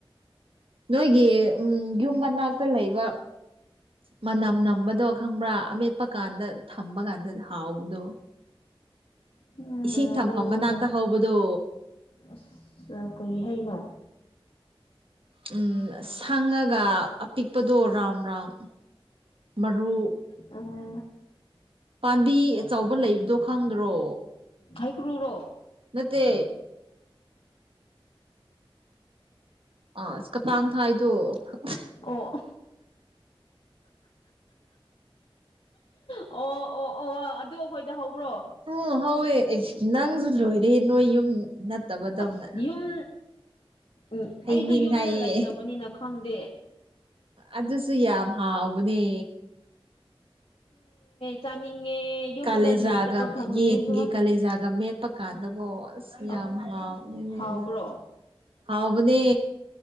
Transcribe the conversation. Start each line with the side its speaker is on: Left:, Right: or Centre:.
Right: ꯅꯣꯏꯒꯤ ꯎꯝ ꯌꯨꯝ ꯃꯅꯥꯛꯇ ꯂꯩꯕ ꯃꯅꯝ ꯅꯝꯕꯗꯣ ꯈꯪꯕ꯭ꯔꯥ ꯑꯃꯦꯠꯄ ꯀꯥꯟꯗ ꯊꯝꯕ ꯀꯥꯟꯗ ꯍꯥꯎꯕꯗꯣ
Left: ꯎꯝ
Right: ꯏꯁꯤꯡ ꯊꯝꯐꯝ
Left: ꯀꯔꯝꯕꯅꯣ
Right: ꯃꯅꯥꯛꯇ ꯍꯧꯕꯗꯣ
Left: ꯑꯁ ꯀꯔꯤ ꯍꯩꯅꯣ
Right: ꯎꯝ ꯁꯪꯉꯒ ꯑꯄꯤꯛꯄꯗꯣ ꯔꯥꯎꯟ ꯔꯥꯎꯟ ꯃꯔꯨ
Left: ꯑ <unintelligible>
Right: ꯄꯥꯝꯕꯤ ꯑꯆꯧꯕ ꯂꯩꯕꯗꯣ ꯈꯪꯗ꯭ꯔꯣ
Left: ꯍꯩꯀ꯭ꯔꯨꯔꯣ
Right: ꯅꯠꯇꯦ ꯑ ꯀꯇꯥꯡ ꯊꯥꯏꯗꯣ <unintelligible>
Left: ꯑꯣ ꯑꯣ ꯑꯣ ꯑꯣ ꯑꯗꯨ ꯑꯩꯈꯣꯏꯗ ꯍꯧꯕ꯭ꯔꯣ
Right: ꯎꯝ ꯍꯧꯋꯦ ꯅꯪꯁꯨ ꯂꯣꯏꯔꯦ ꯅꯣꯏ ꯌꯨꯝ ꯅꯠꯇꯕꯗꯧꯅ
Left: ꯑꯁ ꯌꯨꯝ ꯎꯝ
Right: ꯍꯩꯅꯤꯡ
Left: ꯑꯩꯗꯣ ꯌꯨꯝꯗ
Right: ꯍꯥꯏꯌꯦ
Left: ꯂꯩꯇꯕꯅꯤꯅ ꯈꯪꯗꯦ
Right: ꯑꯗꯨꯁꯨ ꯌꯥꯝ ꯍꯥꯎꯕꯅꯦ
Left: ꯆꯥꯅꯤꯡꯉꯦ ꯌꯨꯝꯗ
Right: ꯀꯂꯦꯖꯒ
Left: ꯂꯩꯇꯕ ꯐꯪꯕꯒꯤꯀꯣ
Right: ꯌꯦꯟꯒꯤ ꯀꯂꯦꯖꯒ ꯃꯦꯠ ꯄꯀꯥꯟꯗꯕꯣ ꯑꯁ ꯌꯥꯝ
Left: ꯑ
Right: ꯍꯥꯎꯕꯅꯤꯅꯦ
Left: ꯍꯥꯎꯕ꯭ꯔꯣ
Right: ꯑꯗꯨ ꯍꯥꯎꯕꯅꯦ